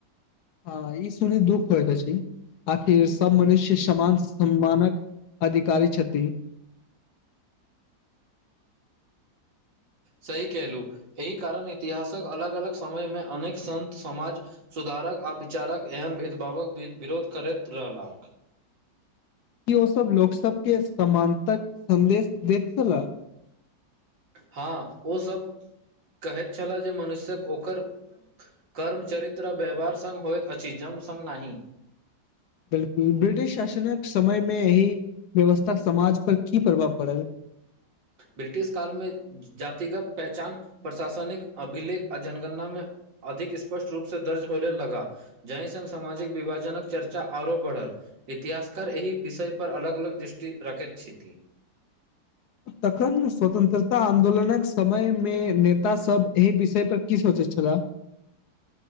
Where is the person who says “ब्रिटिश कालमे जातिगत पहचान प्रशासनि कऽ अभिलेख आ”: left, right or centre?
Right